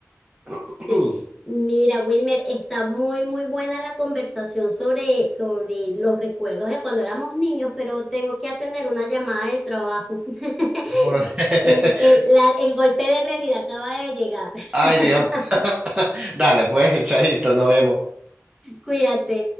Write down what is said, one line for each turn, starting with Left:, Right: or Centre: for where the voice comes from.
Right: <clears throat>
Centre: Sí, mira, Wilmer, está muy, muy buena la conversación sobre, sobre los recuerdos de cuando éramos niños, pero tengo que atender una llamada de trabajo. <laughs>
Right: Bueno,
Centre: El,
Right: <laughs>
Centre: el, la- el golpe de realidad acaba de llegar.
Right: Ay,
Centre: <laughs>
Right: Dios. <laughs> Dale, pues, echadito, nos vemos.
Centre: Cuídate.